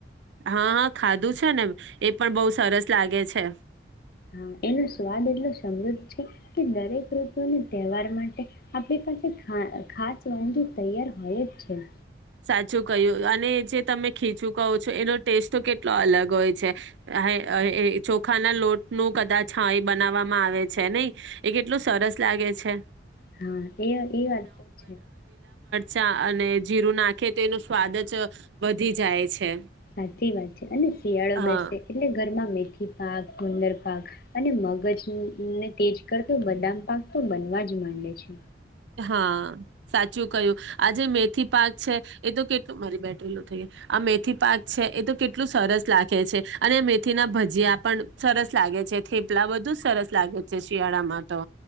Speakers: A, on the right; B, on the left.
A: હા હા ખાધું છે ને એ પણ બહુ સરસ લાગે છે.
B: હાં એનો સ્વાદ એટલો સમૃદ્ધ છે કે દરેક ઋતુનું તેવાર માટે આપડે પાસે ખા ખાસ તંગી તૈયાર હોય છે.
A: સાચું કય્યું અને જે તમે ખીચું કહો છો, એનો ટેસ્ટ તો કેટલો અલગ હોય છે. <unintelligible> ચોખાના લોટ નું કદાચ હા એ બનાવવામાં આવે છે નહીં એ કેટલું સરસ લાગે છે.
B: હા એ એ વાત તો છે.
A: ચા અને જીરું ના કે તેનો સ્વાદ જ વધી જાય છે.
B: સાચી વાત છે, અને શિયાળો
A: હા.
B: બેસે એટલે ઘરમાં મે કે પાક ગુંદર પાક અને મગજ ને-ને તેજ કરતો બદામ પાક તો બનવા જ માંડે છે.
A: હા, સાચું કયું. આ જે મેથી પાક છે, એ તો કેટલું મારી બેટરી લો થઈ આ મેથી પાક છે એ તો કેટલું સરસ લાગે છે. અને મેથી ના ભજીયા પણ સરસ લાગે છે, થેપલાં બધુ સરસ લાગે છે શિયાળામાં તો.